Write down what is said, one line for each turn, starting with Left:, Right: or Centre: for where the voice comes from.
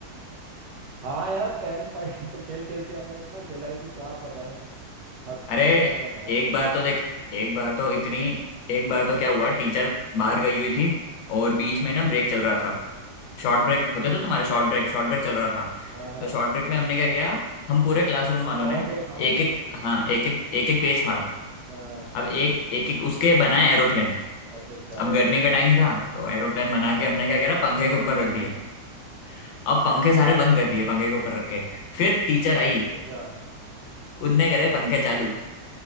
Right: हाँ यार पेन फाइट तो खेल खेल के हमने इतना खेला है कि क्या बताएं हद से
Left: अरे
Right: ज्यादा यार
Left: एक बार तो देख एक बार तो इतनी एक बार तो क्या हुआ टीचर बाहर गई हुई थी और बीच में ना ब्रेक चल रहा था शॉर्ट ब्रेक
Right: हम्म
Left: होते
Right: हम्म
Left: थे तुम्हारे शॉर्ट ब्रेक शॉर्ट ब्रेक चल रहा था
Right: हाँ हाँ
Left: तो शॉर्ट ब्रेक में हमने क्या किया हम पूरे क्लासरूम वालों
Right: शॉर्ट
Left: ने
Right: ब्रेक हाँ
Left: एक एक
Right: सही
Left: हाँ एक एक एक एक पेज फाड़ा
Right: हाँ
Left: अब एक एक एक उसके बनाए एरोप्लेन
Right: अच्छा अच्छा
Left: अब गर्मी का टाइम था तो एरोप्लेन बना के हमने क्या करा पंखे
Right: हम्म
Left: के ऊपर रख दिए अब पंखे
Right: हम्म,
Left: सारे बंद कर दिए पंखे के ऊपर रख के फिर टीचर आई
Right: अच्छा
Left: उनने करे पंखे चालू